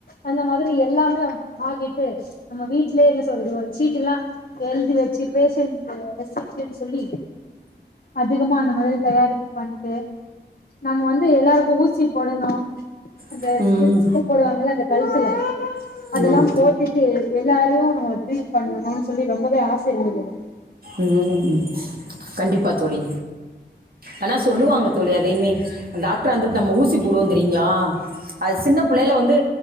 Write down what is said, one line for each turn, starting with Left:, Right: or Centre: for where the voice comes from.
Left: அந்த மாதிரி எல்லாமே ஆகிட்டு நம்ம வீட்லே என்ன சொல்றது ஒரு சீட்டுல்லா எழுதி வ ச்சு பேஷன்ட்டு ரெசிப்டுன் சொல்லி அதிகமா அந்த மாதிரி தயாரிப்பு பண்ட்டு நம்ம வந்து எல்லாருக்கு ஊசி போடனு அந்த
Right: ம்
Left: ஸ்டெத்தஸ்கோப் போடுவாங்கல்ல அந்த க ழுத்துல
Right: ம்
Left: அதல்லா
Right: ம்
Left: போட்டுட்டு எல்லாரையு ட்ரீட் பண்ணனுன் சொல்லி ரொம்பவே ஆ ச இருந்தது எனக்
Right: ம் கண்டிப்பா தோழி ஆனா சொல்லுவாங்க தோழி அதையுமே டாக்டாரா வந்துட்டு நம்ம ஊசி போடுவோ தெரியீங்ளா அது சின்ன புள்ளைல வந்து